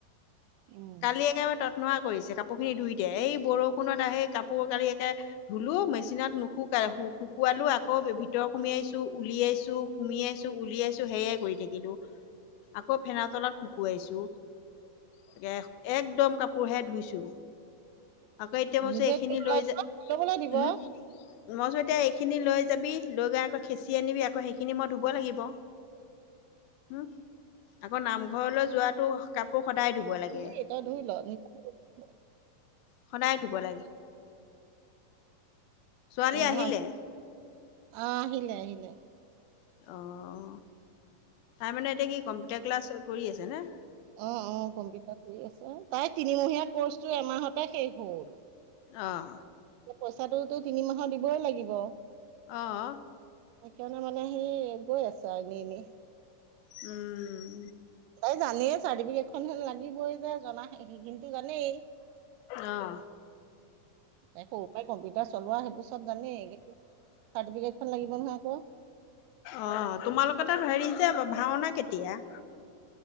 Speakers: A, on the right (about 90°); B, on the left (about 80°).
A: উম
B: কালি একেবাৰে তত নোৱা কৰিছে কাপোৰ খিনি ধুই দিয়া এই বৰষুণত আহেই কাপোৰ কালি একে ধুলো মেচিনত নুশু কালে শুকুৱালো আকৌ ভিতৰ সুমিয়াইছো উলিয়াইছো সুমিয়াইছো উলিয়াইছো সেয়াই কৰি থাকি ছিলো আকৌ ফেনৰ তলত শুকুৱাইছো। তাকে একদম কাপোৰহে ধুইছো। আকৌ এতিয়া মই কৈছো
A: নিজে
B: এইখিনি
A: কেতিয়াবা
B: লৈ
A: ধুই
B: যা
A: লবলৈ দিব।
B: উম মই কৈছো এতিয়া এইখিনি লৈ যাবি, লৈ গৈ আকৌ খেচি আনিবি, আকৌ সেইখিনি মই ধুব লাগিব। হম আকৌ নামঘৰলৈ যোৱাটো কাপোৰ সদায় ধুব লাগে
A: ধুবি তই ধুই ল <unintelligible>
B: সদায় ধুব লাগে। ছোৱালী
A: অ
B: আহিলে
A: ভাল আহ আহিলে আহিলে।
B: অহ তাই মানে এতিয়া কি কম্পিউটাৰ ক্লাছ কৰি আছে নে?
A: অ অ কম্পিউটাৰ কৰি আছে, তাই তিনিমহীয়া কৰ্চটো এমাহতে শেষ হ'ল।
B: অহ।
A: পইচাটোতো তিনিমাহৰ দিবই লাগিব।
B: অহ।
A: সেইকাৰণে মানে সি গৈ আছে আৰু এনে এনে।
B: উম
A: তাই জানেই চাৰ্টিফিকেট হে লাগিবই যে জনা সেইখিনোটো জানেই।
B: আহ
A: তাই‌ সৰুৰ পৰা কম্পিউটাৰ চলোৱা সেইবোৰ চব জানেই কিন্তু চাৰ্টিফিকেটখন লাগিব নহয় আকৌ।
B: অ তোমালোকৰ তাত হেৰি যে ভাওনা কেতিয়া?